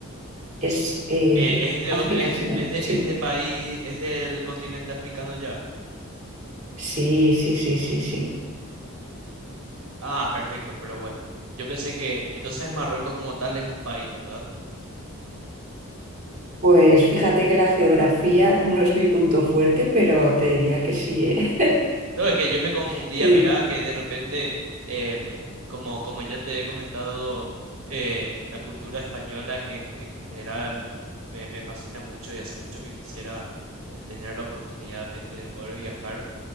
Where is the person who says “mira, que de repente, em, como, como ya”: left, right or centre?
Right